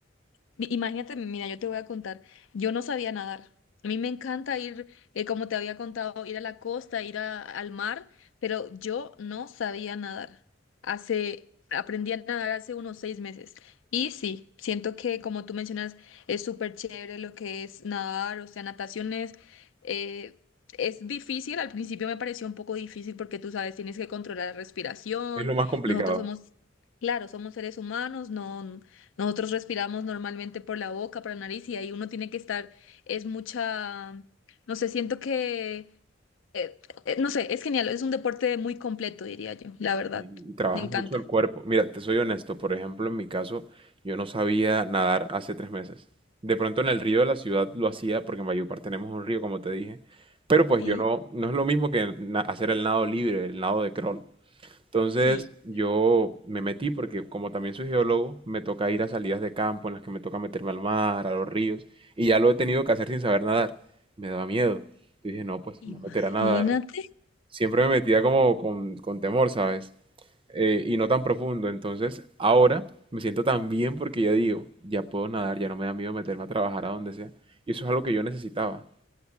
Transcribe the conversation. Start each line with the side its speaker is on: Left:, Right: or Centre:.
Left: Mi- Imagínate, mira, yo te voy a contar, yo no sabía nadar. A mí me encanta ir, eh, como te había contado, ir a la costa, ir a- al mar, pero yo no sabía nadar. Hace, aprendí a nadar hace unos seis meses. Y sí, siento que, como tú mencionas, es súper chévere lo que es nadar, o sea, natación es, eh, es difícil. Al principio me pareció un poco difícil porque tú sabes, tienes que controlar la respiración.
Right: Es lo más complicado.
Left: Nosotros somos... Claro, somos seres humanos, no, nosotros respiramos normalmente por la boca, por la nariz y ahí uno tiene que estar, es mucha, no sé, siento que, eh, eh, no sé, es genial, es un deporte muy completo, diría yo, la verdad,
Right: Y, y trabajas
Left: me encanta.
Right: mucho el cuerpo. Mira, te soy honesto, por ejemplo, en mi caso, yo no sabía nadar hace tres meses. De pronto en el río de la ciudad lo hacía porque en Valledupar tenemos un río, como te dije. Pero pues
Left: Sí,
Right: yo no, no es lo mismo que na- hacer el nado libre, el nado de crawl. Entonces
Left: sí,
Right: yo me metí porque como también soy geólogo, me toca ir a salidas de campo en las que me toca meterme al mar, a los ríos, y ya lo he tenido que hacer sin saber nadar. Me daba miedo. Yo dije, no, pues
Left: imagínate.
Right: me voy a meter a nadar. Siempre me metía como con, con temor, ¿sabes? Eh, y no tan profundo. Entonces ahora me siento tan bien porque ya digo, ya puedo nadar, ya no me da miedo meterme a trabajar a donde sea. Y eso es algo que yo necesitaba.